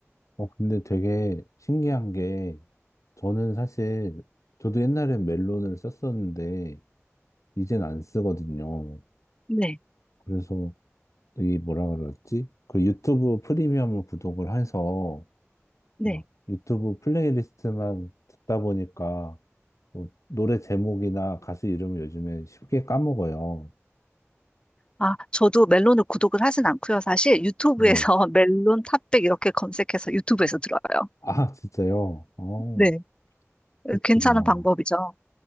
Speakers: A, on the left; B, on the left.
A: 어, 근데 되게 신기한 게, 저는 사실, 저도 옛날엔 멜론을 썼었는데, 이젠 안 쓰거든요.
B: 네,
A: 그래서, 이 뭐라 그러지? 그 유튜브 프리미엄을 구독을 해서,
B: 네.
A: 막 유튜브 플레이리스트만 듣다 보니까, 뭐 노래 제목이나 가수 이름을 요즘에 쉽게 까먹어요.
B: 아, 저도 멜론을 구독을 하진 않고요. 사실 유튜브에서
A: 네.
B: <laughs> 멜론 탑백 이렇게 검색해서 유튜브에서 들어요.
A: 아, 진짜요? 어,
B: 네,
A: 그렇구나.
B: 괜찮은 방법이죠.